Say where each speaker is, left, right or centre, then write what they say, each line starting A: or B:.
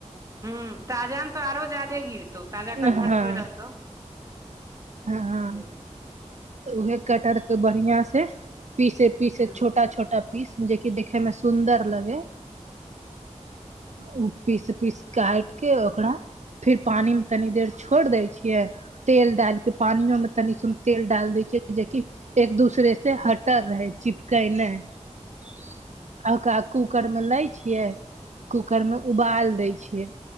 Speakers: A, on the right; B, on the right.
A: हू ताजा आम तो आरो जदे गिरतौ ताजा
B: हँ
A: कटहर जे रहतौ
B: हँ
A: जादे
B: तऽ उहे कटहर के बढ़िया से पीसे पीसे
A: ह
B: छोटा छोटा पीस जेंकि देखे मे सुंदर लगै ओ पीस पीस काटिके ओकरा फिर पानी मे तनी देर छोड़ देय छिये तेल डाल के पानि योंनी सु तेल डाल दै छिय जेकि एक दूसरे से हटर रहै चिपकै नै आ ओकरा कूकरमे लैय छियै कूकरमे उबाल दै छियै